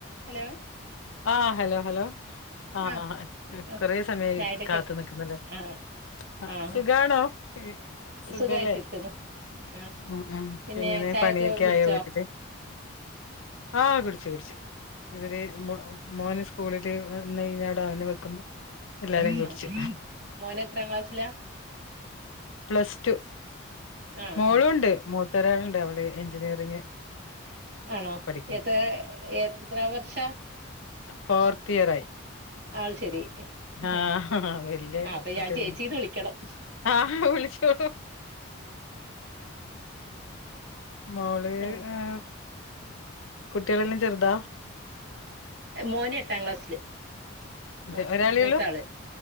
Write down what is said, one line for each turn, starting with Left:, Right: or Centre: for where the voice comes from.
Right: Hello
Left: ആഹ hello hello ആഹ
Right: ആഹ്
Left: ആഹ
Right: ആഹ്
Left: കൊറെ സമയ
Right: ചായുടിയൊക്കെ
Left: കാത്ത നിക്കുന്നല്ലേ
Right: ആഹ്
Left: ആ
Right: ആഹ്
Left: സുഖണോ സുഖല്ലേ
Right: സുഖായിട്ടിരിക്കുന്നു ആഹ്
Left: ഉ
Right: പിന്നെ
Left: ഇങ്ങനെ
Right: ചായൊക്കെ
Left: പണിയൊക്കെ
Right: കുടിച്ചോ
Left: ആയോ വീട്ടില് ആഹ കുടിച്ചു കുടിച്ചു ഇവര് മോനു സ്കൂളിട്ട് വന്ന് കഴിഞ്ഞാ അട അവനെക്ക്പോൾ
Right: ആഹ്
Left: എല്ലാരും കുടിച്ചു
Right: മോന് എത്രാം ക്ലാസ്സിലാ
Left: പ്ലസ് ടു
Right: ആഹ്
Left: മോളുംണ്ട്
Right: ആഹ്
Left: മൂത്തൊരാളുണ്ട് അവള് എഞ്ചിനീയറിങ്
Right: ആണോ
Left: പഠിക്കുന്നു
Right: എത്ര എത്ര വർഷ
Left: ഫോർത്തിഇയർ
Right: അത് ശരി ആഹ്
Left: ആഹ വല്യ
Right: അപ്പൊ
Left: കുട്ടികള
Right: ഞാൻ ചേച്ചീന്ന് വിളിക്കണം
Left: ആഹ് വിളിച്ചോ മോള
Right: ഉം
Left: ഏ കുട്ടികളെല്ലാം ചെറുതാ
Right: മോന് എട്ടാം ക്ലാസ്സില്
Left: അതെ
Right: മു
Left: ഒരാളെയുള്ളൂ
Right: മൂത്താള്